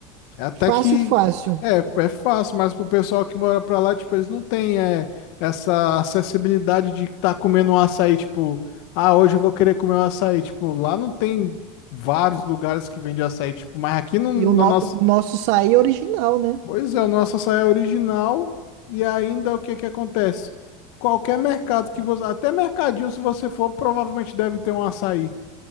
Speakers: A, on the left; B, on the right.
A: é até
B: Fácil,
A: que
B: fácil.
A: é, é fácil, mas pro pessoal que mora pra lá, tipo, eles não têm é, essa acessibilidade de estar comendo um açaí, tipo, ah, hoje eu vou querer comer um açaí. Tipo, lá não tem vários lugares que vende açaí, tipo, mas aqui no, na
B: E o, no-
A: nossa
B: o nosso açaí é original, né?
A: Pois é, o nosso açaí é original e ainda o que é que acontece? Qualquer mercado que você, até mercadinho se você for, provavelmente deve ter um açaí,